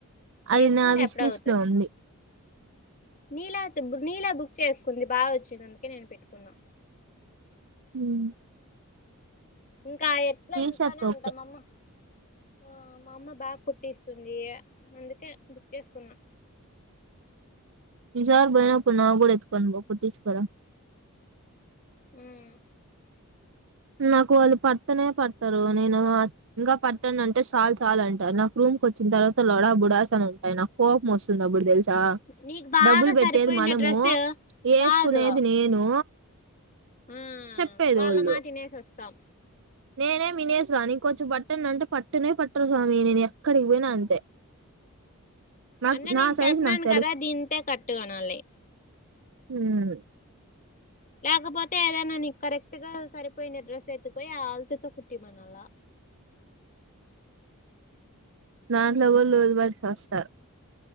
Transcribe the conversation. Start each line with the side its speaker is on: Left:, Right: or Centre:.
Left: వేసుకుంటే
Right: అది నా విశ్లిష్లో
Left: అప్పుడే అవుతాయి
Right: ఉంది
Left: నీలా నీలా బుక్ చేసుకుంది బాగా వచ్చిందిందుకే నేను పెట్టుకున్నా
Right: హ్మ్
Left: ఇంకా ఎట్లా ఇంట్లోనే
Right: షర్ట్ ఓకే
Left: ఉంటాం అమ్మ ఆ మా అమ్మ బాగ కుట్టిస్తుంది అందుకే బుక్ చేసుకున్నా
Right: ఈసారి పోయినప్పుడు నావి కూడా ఎత్తుకొని పో కుట్టించుకు రా
Left: హ్మ్
Right: నాకు వాళ్ళు పట్టనే పట్టరు. నేను ఇంకా పట్టనుఅంటే చాలు చాలు అంటారు నాకు రూమ్కి వచ్చిన తర్వాత లొడా బుడాస్ అని ఉంటాయి నాకు కోపం వస్తుంది అప్పుడు తెలుస్
Left: నీకు బాగా
Right: డబ్బులు పెట్టేది
Left: సరిపోయిండే
Right: మనము
Left: డ్రెస్
Right: వేసుకునేది
Left: కాదు
Right: నేను
Left: ఆ
Right: చెప్పేది
Left: వాళ్ళ
Right: వాళ్ళు
Left: మాటి వినేసొస్ తం
Right: నేనే మినేస్రాను ఇంకొంచెం బట్టన్న అంటే పట్టనే పట్టరు స్వామి నేను ఎక్కడికి పోయినా అంతే నాకు
Left: అన్న నేను
Right: నా సైజు
Left: చెప్తునన్
Right: నాకు
Left: కదా దీంతే కట్టు అనాలి
Right: హ్మ్
Left: లేకపోతే ఏదైనా నీకు కరెక్ట్ గా సరిపోయిన డ్రెస్ ఎత్తుక్ పోయి ఆ ఆల్తి తో కుట్టిమ్మనాలా
Right: దాంట్లో కూడా లూజుబెట్ చస్తార్